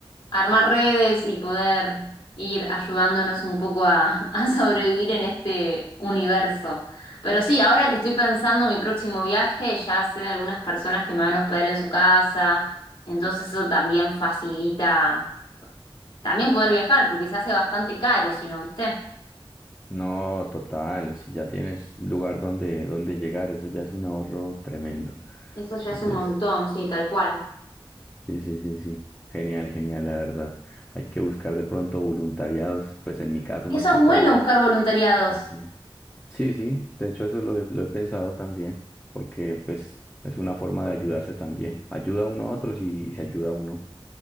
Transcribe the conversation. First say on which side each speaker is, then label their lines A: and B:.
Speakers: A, on the left; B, on the left.
A: armar redes y poder ir ayudándonos un poco a, <laughs> a sobrevivir en este universo. Pero sí, ahora que estoy pensando en mi próximo viaje, ya sé de algunas personas que me van a hospedar en su casa, entonces eso también facilita también poder viajar, porque se hace bastante caro, si no, ¿viste?
B: No, total, si ya tienes lugar donde, donde llegar, eso ya es un ahorro tremendo.
A: Eso ya es
B: Entonces,
A: un montón, sí, tal cual.
B: sí, sí, sí, sí, genial, genial, la verdad. Hay que buscar de pronto voluntariados, pues en mi caso
A: Y
B: más
A: eso
B: que
A: es
B: todo,
A: bueno buscar voluntariados.
B: así. Sí, sí, de hecho eso lo he, lo he pensado también, porque pues es una forma de ayudarse también. Ayuda uno a otros y, y se ayuda a uno.